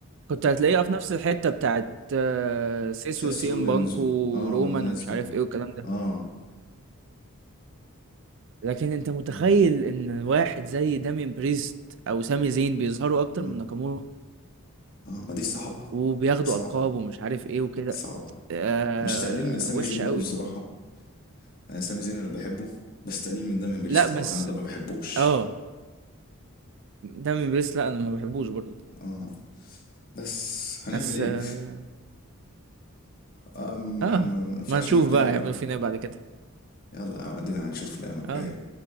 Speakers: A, on the right; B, on the left.
A: كنت هتلاقيها في نفس الحتة بتاعت آه، سيس
B: سيس
A: وسي
B: رولينز
A: ام بانك ورومان
B: و- اه والناس
A: ومش
B: دول
A: عارف ايه والكلام ده
B: اه
A: لكن انت متخيل
B: اه
A: ان واحد زي دامين بريست او سامي زين بيظهروا اكتر
B: اه,
A: من ناكامورا
B: آه. ما دي صعبه
A: وبياخدوا
B: صعبه
A: القاب ومش عارف ايه وكده
B: صعبه
A: آه
B: مش تقليل من سامي
A: وحشة
B: زين برضه
A: قوي
B: صراحه انا سامي زين اللي بحبه بس تقليل من ده من بريست
A: لا بس
B: اه انا ده ما بحبوش
A: اه دامين بريست لا انا ما بحبوش برضو
B: اه بس هنعمل
A: بس
B: ايه؟
A: آه،
B: آه م-
A: اه
B: يعني ما ما ينفعش
A: ما نشوف
B: نعمل
A: بقى
B: حاجة
A: يعملوا
B: آه.
A: فينا ايه بعد كده
B: يلا ادينا هنشوف الايام الجاية
A: اه